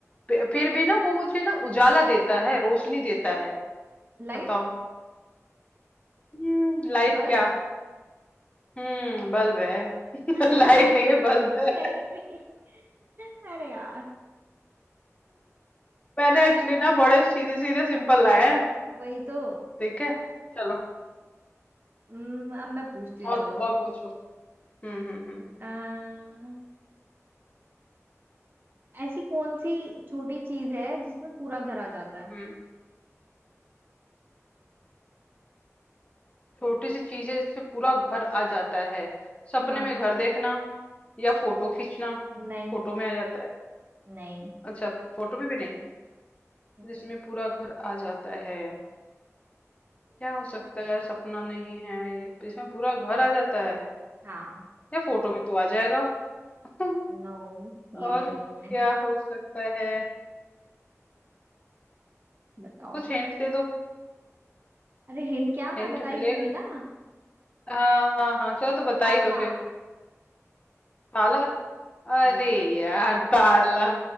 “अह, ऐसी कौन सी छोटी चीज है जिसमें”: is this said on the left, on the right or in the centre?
Right